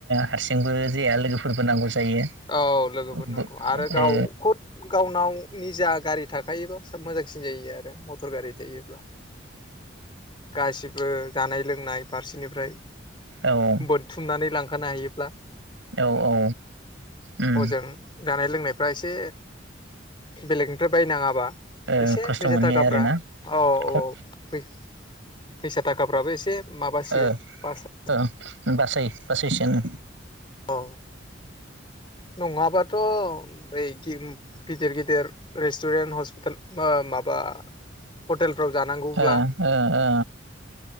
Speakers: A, on the right; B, on the left.
A: हारसिंबो जाया लोगोफोरबो नांगौ जायो
B: औ लोगोफोर
A: बो
B: नांगौ
A: ओ
B: आरो गाव ख'द गावनाव निजा गारि थाखायोबा सोब मोजांसिन जायो आरो मथर गारि थायोब्ला गासि बो जानाय लोंनाय फारसेनिफ्राय
A: ओ ओ
B: बुथुमनानै लां खानो हायोब्ला
A: औ औ। उम
B: हजों जानाय लों नायफ्रा एसे बेलेगनिफ्राय बायनाङाबा
A: ओ
B: एसे
A: खस्थ'
B: फैसा
A: मोनहैया
B: थाखाफ्रा
A: आरोना
B: औ
A: ख
B: औ फै फैसा थाखाफ्राबो एसे माबासिगोन
A: ओ
B: बासा
A: ओ बासै बासैसोनो
B: औ नङाबाथ' बै गिदिर गिदिर रेस्टुरेन्ट हस्पिताल माबा हटेलफ्राव जानांगौब्ला
A: ओ ओ ओ